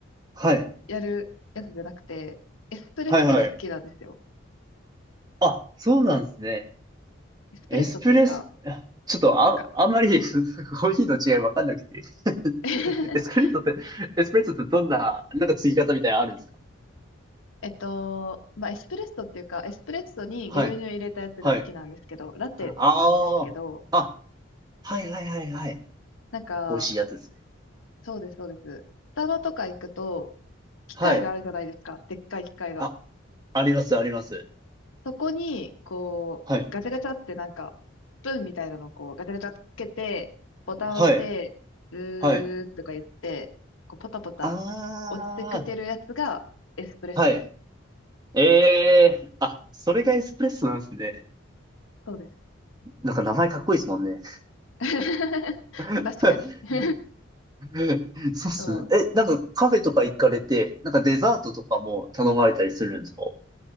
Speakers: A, on the right; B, on the left.
A: はい。
B: やるやつじゃなくて、エスプレッソが好きなんですよ。
A: はいはい。あ、そうなんですね。
B: エスプレッソっていうか、
A: エスプレッソ、ちょっとあ、
B: なんか
A: あんまり <laughs> コーヒーの違いわかんなくて。<laughs>
B: <laughs>
A: エスプレッソって、エスプレッソってどんな、なんか継ぎ方みたいなのあるんですか
B: えっと、まあ、エスプレッソっていうか、エスプレッソに牛乳入れたやつが好きなんですけど、
A: はい、はい。
B: ラテなんですけど、
A: ああー、あ、はいはいはいはい。
B: なんか、
A: 美味しいやつですね。
B: そうです、そうです。スタバとか行くと、機械があるじゃないですか。
A: はい。
B: でっかい機械が。
A: あ、あります、あります。
B: そこに、こう、
A: はい、
B: ガチャガチャってなんか、スプーンみたいなのをこう、ガチャガチャってつけて、ボタンを押して、
A: はい、
B: うーとか言って、
A: はい。
B: こう、ポタポタ落ちてくてるやつがエスプレッソです。
A: ああ、はい。ええー、あ、それがエスプレッソなんですね。
B: そうです。
A: なんか名前かっこいいですもんね。
B: <laughs>
A: <laughs>
B: 確かに。<laughs>
A: <laughs> そうっすね。
B: そう
A: え、なんかカフェとか行かれて、なんかデザートとかも頼まれたりするんですか